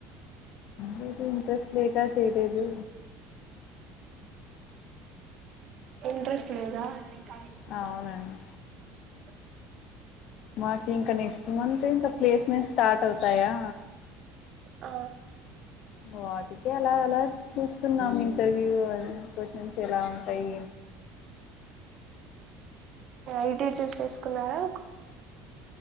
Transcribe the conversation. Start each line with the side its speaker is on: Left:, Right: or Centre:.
Left: లేదు ఇంట్రెస్ట్ లేక చేయలేదు
Right: ఇంట్రెస్ట్ లేదా అ
Left: అవునండి
Right: <unintelligible>
Left: మాకు ఇంకా నెక్స్ట్ మంత్ ఇంకా ప్లేస్మెంట్ స్టార్ట్ అవుతాయా
Right: ఆ
Left: వా వాటికి ఎలా అలా చూస్తున్నా ఇంటర్వ్యూ క్వశ్చన్స్ ఎలా ఉంటాయి
Right: ఐటీ చూస్ చేసుకున్నారా